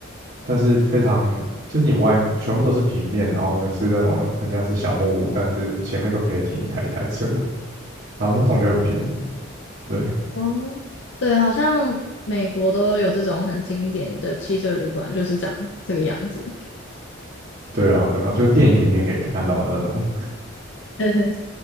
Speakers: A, on the right; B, on the left.
A: 但是非常就是你外全部都是平面，然后呢是那种很像是小木屋，但是前面都可以停一台一台车，然后那种就很便宜，对，
B: 哦，对，好像美国都有这种很经典的汽车旅馆，就是长这个样子。
A: 对啊，对啊，就是电影里面可以看到的那种，
B: <laughs>